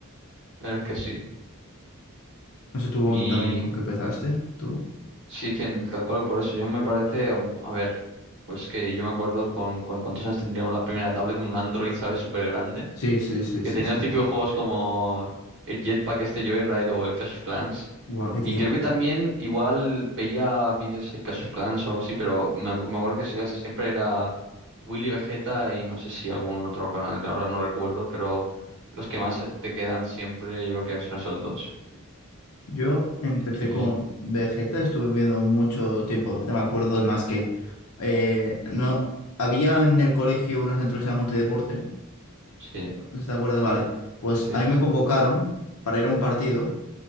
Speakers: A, on the right; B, on the left.
A: la verdad es que sí.
B: No sé tú
A: Y
B: también con qué empezaste, tú.
A: sí que en- tal cual por eso yo me parece, um, a ver, pues que yo me acuerdo con, con cuántos años tendríamos la primera tablet de un Android, ¿sabes? Súper grande,
B: Sí, sí, sí,
A: que
B: sí,
A: tenía
B: sí.
A: los típicos juegos como el Jetpack este Joyride o el Clash of Clans.
B: Guau, qué tiempos.
A: Y creo que también
B: eh.
A: igual veía vídeos de Clash of Clans o algo así, pero me, acu- me acuerdo que sí, casi siempre era Willy Vegeta y no sé si algún otro canal, ahora no recuerdo, pero los que más se te quedan siempre yo creo que son esos dos.
B: Yo empecé
A: Y
B: con Vegeta, estuve viendo mucho tiempo, Vegeta, me acuerdo, es más que eh, no había en el colegio una centro que se llama multideporte,
A: sí,
B: ¿no? ¿Si te acuerdas? Vale, pues
A: sí,
B: a
A: sí.
B: mí me convocaron para ir a un partido